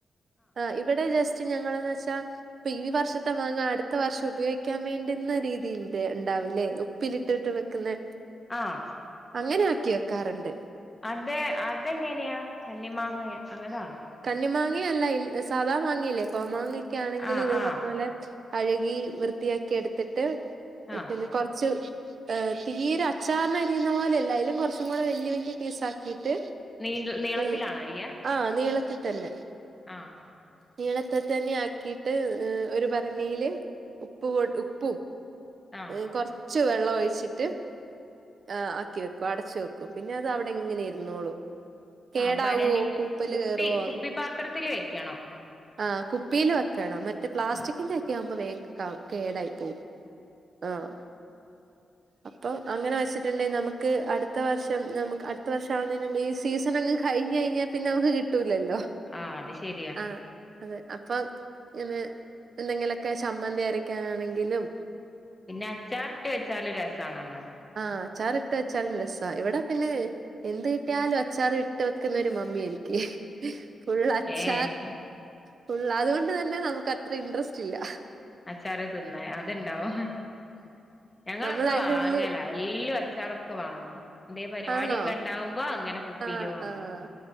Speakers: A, on the right; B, on the left.
A: ആഹ് ഇവിടെ ജസ്റ്റു ഞങ്ങളെന്നു വെച്ചാ ഇപ്പൊ ഈ വർഷത്തെ മാങ്ങ അടുത്ത വർഷം ഉപയോഗിക്കാൻ വേണ്ടുന്ന രീതിയിലുണ്ടാവില്ലേ ഉപ്പ് ഉപ്പിലിട്ടട്ട് വെക്കുന്നെ
B: ആഹ്
A: അങ്ങനെയാക്കി വെയ്ക്കാറെണ്ട്
B: അതേ അതെങ്ങനെയാ കണ്ണിമാങ്ങേ അങ്ങതാണോ
A: കണ്ണിമാങ്ങിയല്ല ഇൽ സാദാ മാങ്ങയില്ലേ കോമാങ്ങായൊക്കെയാണെങ്കിലും
B: ആഹ്
A: ഇതേ
B: ആഹ്
A: പറഞ്ഞപോലെ കഴകി വൃത്തിയാക്കി എടുത്തിട്ട്
B: ആഹ്
A: പിന്നെ കൊറ ച്ച് ഏഹ് തീരെ അച്ചാറിനരിയുന്ന പോലെയല്ല അയ്ലും കൊറച്ചുംകൂടെ വല്ല്യ വല്ല്യ പീസാക്കീട്ട്
B: നീ നീളത്തിലാണോ
A: ഈ
B: അരിയ
A: ആഹ് നീളത്തി തന്നെ
B: ആഹ്
A: നീളത്തതന്നെയാക്കിയിട്ട് എഹ് ഒരു ഭരണിയില് ഉപ്പ് കൊടു ഉപ്പും
B: ആഹ്
A: എഹ് കൊറച്ച് വെള്ളവൊഴിച്ചിട്ട് ആഹ് ആക്കി വെക്കും അടച്ചു വെക്കും പിന്നെ അത് അവിടെ ഇങ്ങനെ ഇരുന്നോളും കേടാവോ
B: ആഹ് ഭരണിയിൽ
A: പൂപ്പല്
B: കുപ്പി
A: കേറുവോ
B: കുപ്പിപാത്രത്തില് വെയ്ക്കണം
A: ആഹ് കുപ്പിയില് വെക്കണം. മറ്റെ പ്ലാസ്റ്റിക്കിന്റെ
B: ആഹ്
A: എക്കെയാവുമ്പൊ വേ <unintelligible> കേടായി പോവും ആഹ് അപ്പൊ അങ്ങനെ വെച്ചിട്ടിണ്ടെ നമു ക്ക് അടുത്ത വർഷം നമുക്ക് അടുത്ത വർഷം ആവുന്നതിനു മുമ്പ് ഈ സീസണങ്ങു കഴിഞ്ഞു കഴിഞ്ഞാ പിന്നെ നമുക്ക് കിട്ടൂലല്ലൊ
B: ആഹ് അത് ശെരി
A: ആഹ് അതെ അപ്പൊ ഇങ്ങനെ എന്തെങ്കിലൊക്കെ ചമ്മന്തിയരക്കാനാണെങ്കിലും
B: പിന്നെ അച്ചാറിട്ടു വെച്ചാല് രസാണല്ലൊ
A: ആഹ് അച്ചാറിട്ടു വച്ചാലും രസാ ഇവിട പിന്നേ എന്തുകിട്ടിയാലും അച്ചാറിട്ടുവെക്കുന്നൊരു മമ്മിയാ എനിക്ക് ഫുള്ളച്ചാ
B: ഏഹ്
A: ഫുള്ളാ അതുകൊണ്ടു തന്നെ നമുക്കത്ര ഇൻട്രസ്റ്റില്ല
B: അച്ചാറു തിന്നാൻ അതിണ്ടാവും ഞങ്ങളൊക്കെ
A: നമ്മള് അയിന്റെ
B: വാങ്ങലായ്
A: ഉള്ളില്
B: <unintelligible> അച്ചാറൊക്കെ വാങ്ങും. ഇതേ പരിപാടിയൊക്കെ
A: ആണോ
B: എണ്ടാവുമ്പൊ അങ്ങനെ കുപ്പിയില്
A: ആഹ്
B: വാങ്ങും
A: ആഹ്